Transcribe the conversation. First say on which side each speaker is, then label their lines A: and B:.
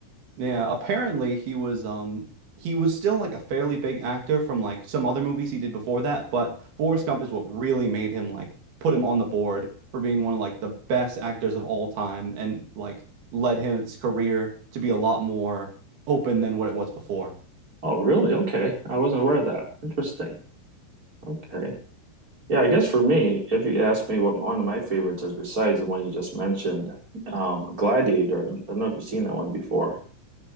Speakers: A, on the right; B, on the right.
A: Yeah, apparently he was um he was still like a fairly big actor from like some other movies he did before that, but Forrest Gump is what really made him like put him on the board for being one of like the best actors of all time and like led his career to be a lot more open than what it was before.
B: Oh, really? Okay, I wasn't aware of that. Interesting. Okay. Yeah, I guess for me, if you ask me what one of my favorites is besides the one you just mentioned, um, Gladiator. I don't I don't know if you've seen that one before.